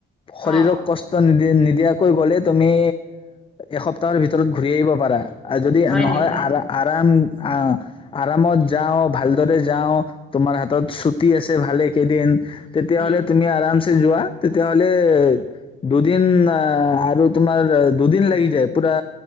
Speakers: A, in the centre; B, on the left.
A: অ
B: শৰীৰক কষ্ট নি নিদিয়াকৈ গ'লে তুমি এসপ্তাহৰ ভিতৰত ঘূৰি আহিব পাৰা। আৰ যদি
A: হয়
B: নহয়
A: নেকি
B: আৰ আৰাম অ' আৰামত যাও ভালদৰে যাও তোমাৰ ছুটি আছে ভালেকেইদিন তেতিয়াহলে
A: উম
B: তুমি আৰাম চে যোৱা তেতিয়া হ'লে দুদিন আ আৰু তোমাৰ দুদিন লাগি যায় পুৰা